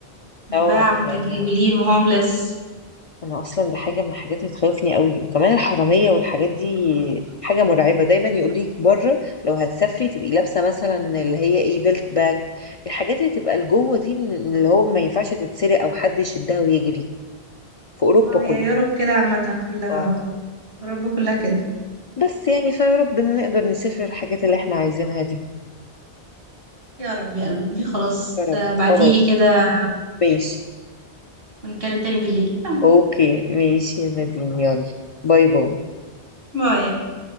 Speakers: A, on the right; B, on the left.
A: وباع
B: اه
A: متجولين
B: يعني انا
A: وهوملس
B: أنا اصلا دي حاجه من الحاجات اللي تخوفني قوي وكمان الحراميه والحاجات دي حاجه مرعبه دايما يقول لك بره لو هتسافري تبقي لابسه مثلا اللي هي ايه بيلت باك الحاجات اللي تبقى لجوه دي من من اللي هو ما ينفعش تتسرق او حد يشدها ويجري في اوروبا
A: اه
B: كلها
A: هي يوروب كده عامة كلها
B: اه
A: اه اوروبا كلها كده
B: بس يعني فيا رب إن نقدر نسافر الحاجات اللي احنا عايزينها دي
A: يا رب يا قلبي خلاص
B: يا رب
A: آه، بعتيلي
B: خلاص
A: كده
B: ماشي
A: ونتكلم تاني بالليل <laughs>
B: اوكي ماشي يا نادين يلا باي باي
A: باي باي